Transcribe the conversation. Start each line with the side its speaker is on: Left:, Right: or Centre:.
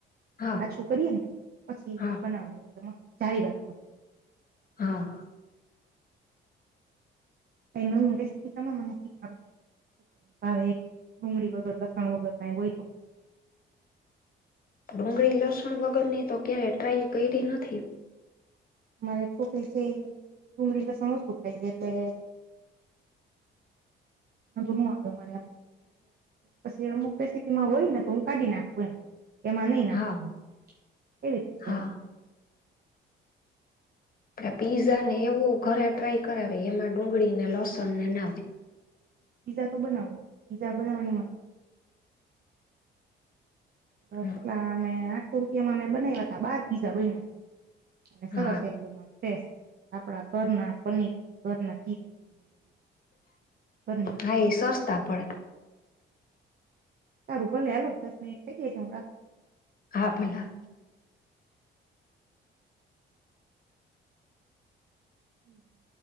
Left: હા
Right: પાછું કરીએ ને ત્યાં પછી
Left: હા
Right: બનાવું એટલે મસ્ત ચારી વાર બનાવ
Left: હા.
Right: એ ન રેસીપી તમે મને શીખડો. ડુંગળી વગર લસણ વગર કઈ હોય તો.
Left: ડુંગળી લસણ વગરની તો ક્યારેય ટ્રાય કરી નથી.
Right: અરે છોકરી છે એ ડુંગળી લસણ ઓછું ખાય છે એટલે. રું આવ્યો મારે પછી અમુક ટાઇમ માં હોય ને તો હું કાઢી નાખું એમ એમાં નહી નાખવાનું
Left: હા
Right: એવી રીતે બનાવું.
Left: હા આપ પીઝા ને એવો ઘરે ટ્રાય કરાવે એમાં ડુંગળી ને લસણ ને ના હોય.
Right: પિજ્ઝા તો બનાવું પીઝા બવનીમાંમાં
Left: હોય
Right: કેટલા અમે આઠસો રૂપિયામાં મેમે બનાવ્યા ત બાર પીઝા બ હતા. અને સરસ
Left: હા
Right: એકદમ ફ આપડા ઘરના પનીર ઘરના ચી <inaudible> વસ્તુથી
Left: હા એ સસ્તા પડે.
Right: સારું ભલે હલો દસ મિનિટ થઇ જાય છે હું રાખ.
Left: હા ભલા
Right: <inaudible>